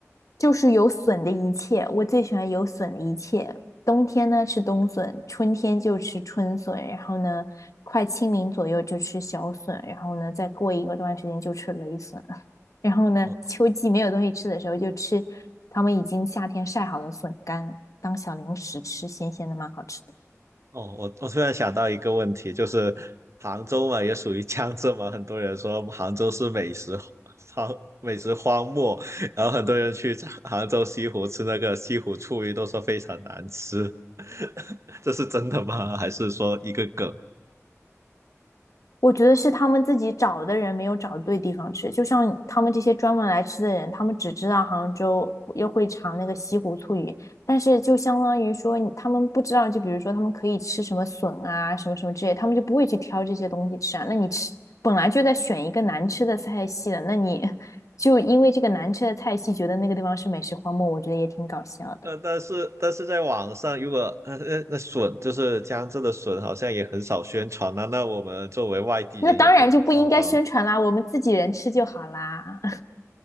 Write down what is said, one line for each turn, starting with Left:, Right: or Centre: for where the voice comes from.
Left: 就是有笋的一切，我最喜欢有笋的一切。冬天呢吃冬笋，春天就吃春笋，然后呢，快清明左右就吃小笋，然后呢，再过一个段时间就吃雷笋，然后呢，
Right: 哦
Left: 秋季没有东西吃的时候就吃他们已经夏天晒好的笋干当小零食吃，咸咸的蛮好吃的。
Right: 哦，我我突然想到一个问题，就是杭州嘛，也属于江浙嘛，很多人说杭州是美食荒 <laughs> 美食荒漠，然后很多人去杭州西湖吃那个西湖醋鱼，都说非常难吃，<laughs> 这是真的吗？还是说一个梗？
Left: 我觉得是他们自己找的人没有找对地方吃，就像他们这些专门来吃的人，他们只知道杭州又会尝那个西湖醋鱼，但是就相当于说你他们不知道，就比如说他们可以吃什么笋啊，什么什么之类，他们就不会去挑这些东西吃啊。那你吃本来就在选一个难吃的菜系的，那你 <laughs> 就因为这个难吃的菜系，觉得那个地方是美食荒漠，我觉得也挺搞笑的。
Right: 呃，但是但是在网上，如果呃呃那笋就是江浙的笋，好像也很少宣传啊，那我们作为外地人也不知道啊。
Left: 那当然就不应该宣传啦，我们自己人吃就好啦。